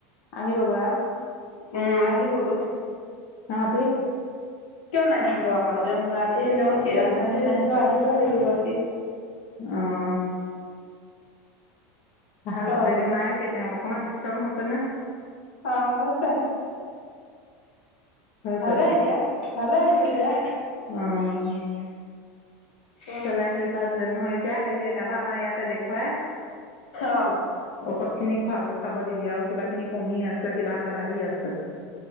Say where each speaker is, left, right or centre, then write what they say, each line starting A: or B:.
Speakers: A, on the left; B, on the left.
A: আহিবগৈ আৰু।
B: উম আহিব গৈ।
A: সিহঁতি
B: কিয় নাহিব আকৌ একদম ৰাতি এনেও সি সিহঁতি নাহিলেও আহিবই লাগিব সি।
A: অ', ভাল,
B: ক
A: এই যে মায়ে অকমান ষ্ট্ৰং হৈছে নে?
B: অহ হৈছে।
A: হৈছে।
B: ভালে এতিয়া, ভালেই বোলো এতিয়া।
A: অ'।
B: অ
A: চেলাইন দুটা দিলে নহয়, এতিয়া হে এবাৰ আমাৰ ইয়াতে দেখুৱাই
B: অ
A: ঔষধখিনি খুৱাব খাব দিবি আৰু। কিবাখিনি কমি আছে কিবা এটা বাঢ়ি আছে।